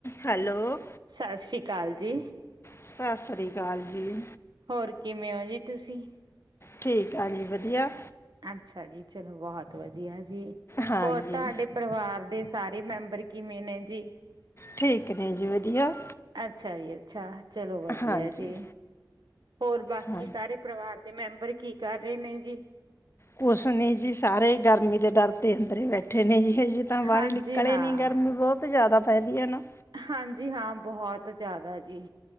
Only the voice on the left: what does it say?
ਹੈਲੋ
ਸਤਿ ਸ਼੍ਰੀ ਅਕਾਲ ਜੀ।
ਠੀਕ ਆ ਜੀ ਵਧੀਆ।
ਹਾਂਜੀ
ਠੀਕ ਨੇ ਜੀ ਵਧੀਆ। ਵਧੀਆ।
ਹਾਂਜੀ
ਹਾਂ
ਕੁਛ ਨੀ ਜੀ ਸਾਰੇ ਗਰਮੀ ਦੇ ਡਰਦੇ ਅੰਦਰ ਹੀ ਬੈਠੇ ਨੇ ਜੀ। ਹਜੇ ਤਾਂ ਬਾਹਰੇ
ਨਿਕਲ
ਨਹੀਂ ਗਰਮੀ ਬਹੁਤ। ਧੁੱਪ ਜ਼ਿਆਦਾ ਫੈਲੀ ਹੈ ਨਾ।